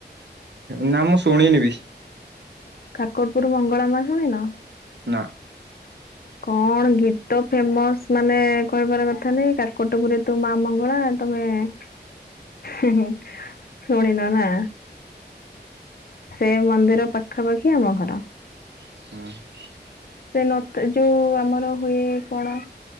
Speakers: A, on the right; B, on the left.
A: ନା ମୁଁ ଶୁଣିନି ବିି।
B: କାକଟପୁର ମଙ୍ଗଳା ମା ଶୁଣିନ।
A: ନା
B: କଣ ଗୀତ ଫେମସ ମାନେ କହିବାର କଥା ନାଇଁ କାକଟପୁରେ ତୁ ମା ମଙ୍ଗଳା। ତମେ ହେଁ ହେଁ ଶୁଣିନ ନା। ସେ ମନ୍ଦିର ପାଖାପାଖି ଆମ ଘର।
A: ହୁଁ।
B: ସେ ନ ଯେଉଁ ଆମର ହୁଏ କଣ?